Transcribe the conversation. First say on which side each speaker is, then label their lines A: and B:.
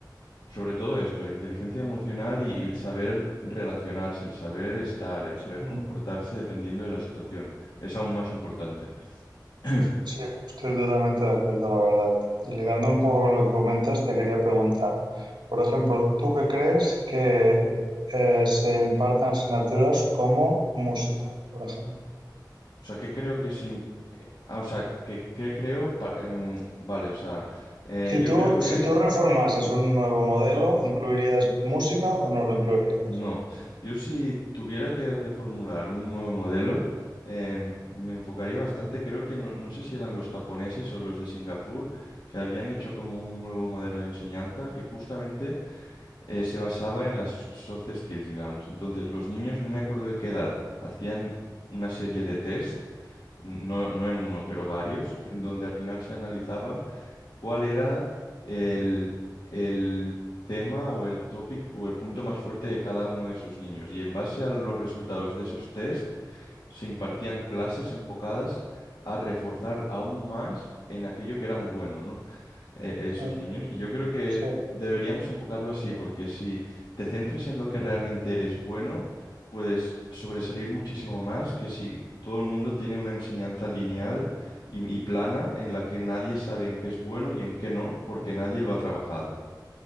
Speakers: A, on the left (about 75°); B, on the right (about 85°).
A: sobre todo esto, inteligencia emocional y, y el saber relacionarse, el saber estar, el saber
B: Mm.
A: comportarse dependiendo de la situación, es aún más importante. <clears throat>
B: sí, estoy totalmente de acuerdo, la verdad. Y ligando un poco lo que comentas, te quería preguntar, por ejemplo, ¿tú qué crees que eh, se impartan asignaturas como música, por ejemplo?
A: O sea, que creo que se Ah, o sea, que, que creo, pa- em, vale, o sea, eh,
B: Si
A: yo
B: tú,
A: creo que
B: si tú reformases un nuevo modelo, ¿incluirías música o no lo incluirías?
A: no. Yo si tuviera que reformular un nuevo modelo, em, me enfocaría bastante, creo que no, no sé si eran los japoneses o los de Singapur, que habían hecho como un nuevo modelo de enseñanza que justamente eh, se basaba en las soft skills, digamos. Entonces, los niños, no me acuerdo de qué edad, hacían una serie de test no, no en uno, pero varios, en donde al final se analizaba ¿Cuál era el, el tema o el topic o el punto más fuerte de cada uno de esos niños? Y en base a los resultados de esos test, se impartían clases enfocadas a reforzar aún más en aquello que eran buenos, eh, esos
B: Eh,
A: niños. Y yo creo que
B: Sí,
A: deberíamos enfocarlo así, porque si te centras en lo que realmente eres bueno, puedes sobresalir muchísimo más que si todo el mundo tiene una enseñanza lineal y, y plana en la que nadie sabe en qué es bueno y en qué no, porque nadie lo ha trabajado.